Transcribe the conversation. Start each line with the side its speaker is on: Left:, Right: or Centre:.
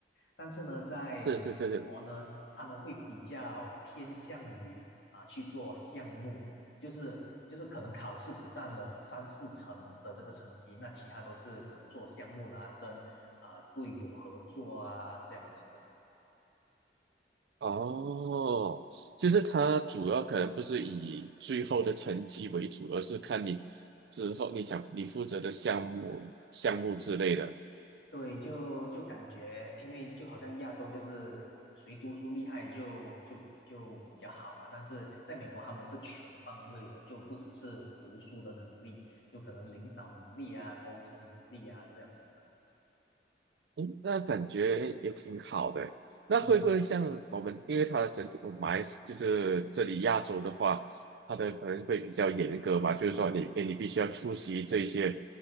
Left: 但是呢，在美国呢，
Right: 是是是是。
Left: 他们会比较偏向于啊、去做项目，就是就是可能考试只占了三四成的这个成绩，那其他都是可能做项目啦，跟啊、队友合作啊这样子的。
Right: 哦，就是它主要可能不是以最后的成绩为主，而是看你之后你想你负责的项目项目之类的。
Left: 对，就就感觉，因为就好像亚洲就是谁读书厉害就就就比较好嘛，但是在美国他们是全方位的，就不只是读书的能力，就可能领导能力啊、沟通能力啊这样子的。
Right: 嗯，那感觉也挺好的欸那会不会像我们，
Left: 嗯
Right: 因为它的整体马来西就是这里亚洲的话，它的可能会比较严格嘛，就是说你，诶你必须要出席这一些